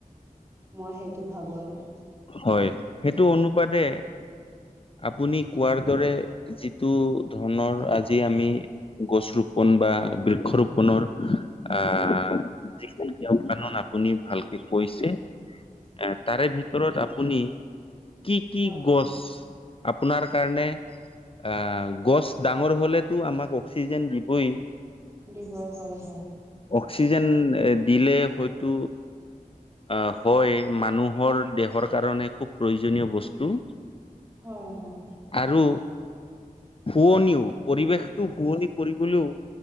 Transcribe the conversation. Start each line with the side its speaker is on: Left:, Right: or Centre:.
Right: মই সেইটো ভাবো আৰু।
Left: হয় সেইটো অনুপাতে আপুনি কোৱাৰ দৰে যিট টো ধৰণৰ আজি আমি গছ ৰোপন বা বৃক্ষ ৰোপনৰ আহ যিখিনি নিয়ম কানুন আপ- আপুনি ভালকে কৈছে।
Right: উ <unintelligible>
Left: এ তাৰে ভিতৰত আপুনি কি কি
Right: হয়
Left: গছ আপোনাৰ কাৰণে আহ গছ ডাঙৰ হলেতো আমাক অক্সিজেন দিবই।
Right: দিব হয় হয়।
Left: অক্সিজেন দিলে হয়তো। আহ হয় মানুহৰ দেহৰ কাৰণে খুব প্ৰয়োজনীয় বস্তু।
Right: হয় হয়।
Left: আৰু শুৱনিও পৰিৱেশটো শুৱনি কৰিবলেও।